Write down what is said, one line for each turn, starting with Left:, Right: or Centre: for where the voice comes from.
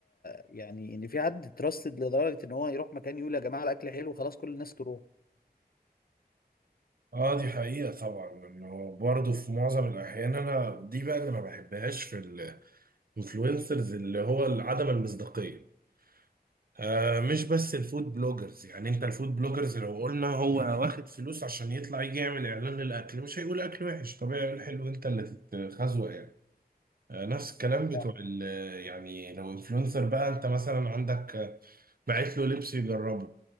Left: يعني ان في حد تراستد لدرجه ان هو يروح مكان يقول يا جماعه الاكل حلو خلاص كل الناس تروح
Right: اه دي حقيقة طبعا انه برضه في معظم الاحيان انا دي بقى اللي ما بحبهاش في الانفلونسرز اللي هو عدم المصداقية آه مش بس الفود بلوجرز يعني انت الفود بلوجرز لو قلنا هو واخد فلوس عشان يطلع يجي يعمل اعلان للاكل مش هيقول اكل وحش طبيعي يقول حلو انت اللي تتخزوق يعني آه نفس الكلام بتوع
Left: آه،
Right: ال- يعني لو انفلونسر بقى انت مثلا عندك آه، بعت له لبس يجربه